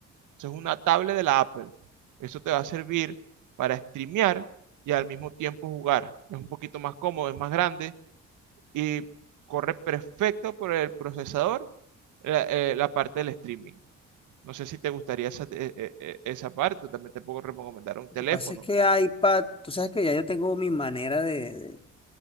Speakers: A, on the right; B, on the left.
A: Eso es una tablet de la Apple. Eso te va a servir para streamear y al mismo tiempo jugar. Es un poquito más cómodo, es más grande y corre perfecto por el procesador la, eh, la parte del streaming. No sé si te gustaría esa, eh, eh, eh, esa parte, también te puedo recomendar un teléfono.
B: Lo que pasa es que iPad, tú sabes que ya yo tengo mi manera de, de-